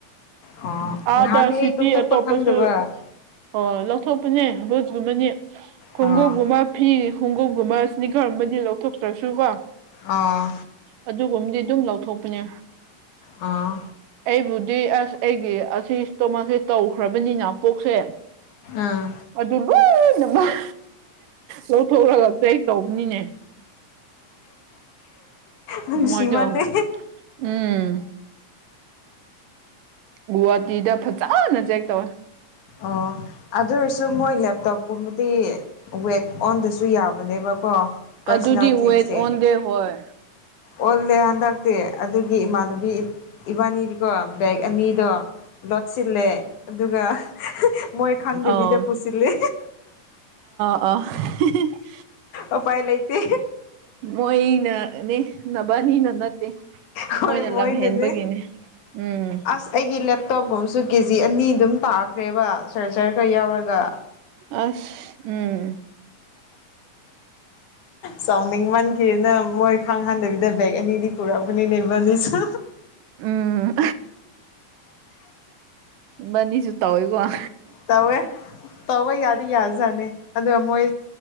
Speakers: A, on the left (about 65°); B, on the right (about 80°).
A: ꯑꯣ
B: ꯑꯥꯗ
A: ꯅꯍꯥꯟꯗꯤ ꯑꯩ
B: ꯁꯤꯇꯤ
A: ꯂꯧꯊꯣꯛꯄ
B: ꯑꯇꯣꯞꯄꯁꯨ
A: ꯈꯪꯗꯕ
B: ꯑꯣ ꯂꯧꯊꯣꯛ ꯅꯦ ꯕꯣꯠꯀꯨꯝꯕꯅꯦ ꯈꯣꯡꯒꯞꯒꯨꯝꯕ
A: ꯑꯣ
B: ꯐꯤ ꯈꯣꯡꯎꯞꯒꯨꯝꯕ ꯁꯅꯤꯈꯔꯕꯗꯤ ꯂꯧꯊꯣꯛꯇ꯭ꯔꯁꯨꯀꯣ
A: ꯑꯣ
B: ꯑꯗꯨꯒꯨꯝꯕꯗꯤ ꯑꯗꯨꯝ ꯂꯧꯊ ꯊꯣꯄꯅꯤ
A: ꯑꯣ
B: ꯑꯩ ꯕꯨꯙꯤ ꯑꯁ ꯑꯩ ꯑꯁꯤ ꯇꯣ ꯃꯥꯁꯦ ꯇꯧꯈ꯭ꯔꯕꯅꯤꯅ ꯄꯣꯛꯁꯦ
A: ꯑꯥ
B: ꯑꯗꯨ ꯂꯣꯏꯅꯃꯛ ꯂꯧꯊꯣꯛꯂꯒ ꯆꯦꯛ ꯇꯧꯕꯅꯤꯅꯦ
A: ꯅꯨꯡꯁꯤꯃꯜꯂꯦ
B: ꯃꯖꯣ ꯎꯝ ꯒꯨꯍꯥꯇꯤꯗ ꯐꯖꯅ ꯆꯦꯛ ꯇꯧꯋꯦ
A: ꯑꯣ ꯑꯗꯨ ꯑꯣꯏꯔꯁꯨ ꯃꯣꯏ ꯂꯦꯞꯇꯣꯞꯒꯨꯝꯕꯗꯤ ꯋꯦꯠ ꯑꯣꯟꯗꯁꯨ ꯌꯥꯕꯅꯦꯕꯀꯣ ꯄꯔꯁꯣꯅꯦꯜ
B: ꯑꯗꯨꯗꯤ
A: ꯊꯤꯡꯁꯁꯦ
B: ꯍꯏ ꯑꯣꯟ ꯗꯦ ꯍꯣꯏ
A: ꯑꯣꯜꯂꯦ ꯍꯟꯗꯛꯇꯤ ꯑꯗꯨꯒꯤ ꯏꯃꯥꯟꯅꯕꯤ ꯏꯕꯥꯅꯤꯗꯤꯀꯣ ꯕꯦꯛ ꯑꯅꯤꯗꯣ ꯂꯣꯠꯁꯤꯜꯂꯦ ꯑꯗꯨꯒ ꯃꯣꯏ ꯈꯪꯗꯕꯤꯗ
B: ꯑꯥꯎ
A: ꯄꯨꯁꯤꯜꯂꯦ
B: ꯑ
A: ꯎꯄꯥꯏ ꯂꯩꯇꯦ
B: ꯃꯣꯏꯅꯅꯦ ꯅꯅꯕꯅꯤꯅ ꯅꯠꯇꯦ
A: ꯍꯣꯏ
B: ꯃꯣꯏꯅ
A: ꯃꯣꯏꯅꯅꯦ
B: ꯂꯝꯍꯦꯟꯕꯒꯤꯅꯤ ꯎꯝ
A: ꯑꯁ ꯑꯩꯒꯤ ꯂꯦꯞꯇꯣꯞꯒꯨꯝꯁꯨ ꯀꯦꯖꯤ ꯑꯅꯤ ꯑꯗꯨꯝ ꯇꯥꯈ꯭ꯔꯦꯕ ꯁꯔ ꯁꯔꯒ ꯌꯥꯎꯔꯒ
B: ꯑꯁ ꯎꯝ
A: ꯁꯥꯎꯗꯤ ꯃ ꯀꯦꯅ ꯃꯣꯏ ꯈꯥꯡꯍꯟꯗꯕꯤꯗ ꯕꯦꯛ ꯑꯅꯤꯗꯤ ꯄꯨꯔꯛꯒꯅꯤꯅꯦꯕꯅꯤꯁꯨ
B: ꯎꯝ ꯃꯅꯤꯁꯨ ꯇꯧꯋꯦꯀꯣ ꯎꯝ
A: ꯇꯧꯋꯦ ꯇꯧꯕ ꯌꯥꯗꯤ ꯌꯥꯖꯥꯠꯅꯤ ꯑꯗꯣ ꯃꯣꯏ